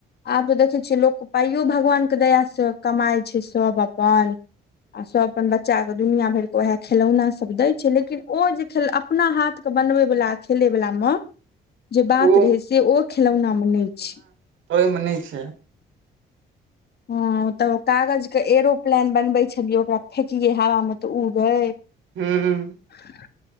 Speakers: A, on the left; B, on the right.
A: आब तऽ देखै छियै लोकके पाइयो भगवानके दयासँ कमाइत छै सभ अपन आ सब अपन बच्चा के दुनििया भरि के उएह खेलौना सब दय छै लेकिन ओ जे खेल अपना हाथ कऽ बनबैवला खेलैवला मऽ जे बात
B: ओ
A: रहै से ओ खेलौनामे नै छै
B: ओहि मे नइ छै
A: हँ तब कागज कऽ एरोप्लेन बनबै छलियै ओकरा फेेकिये हवा मे तऽ उरै
B: हूँ
A: <inaudible>